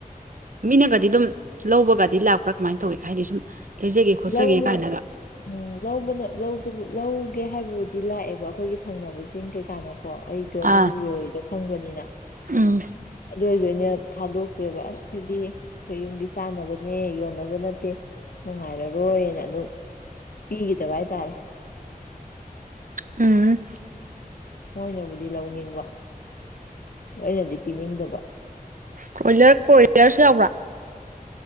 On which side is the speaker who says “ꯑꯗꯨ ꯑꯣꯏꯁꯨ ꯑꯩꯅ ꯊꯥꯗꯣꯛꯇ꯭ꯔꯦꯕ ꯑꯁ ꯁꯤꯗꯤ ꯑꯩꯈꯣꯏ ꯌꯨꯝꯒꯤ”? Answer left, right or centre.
Left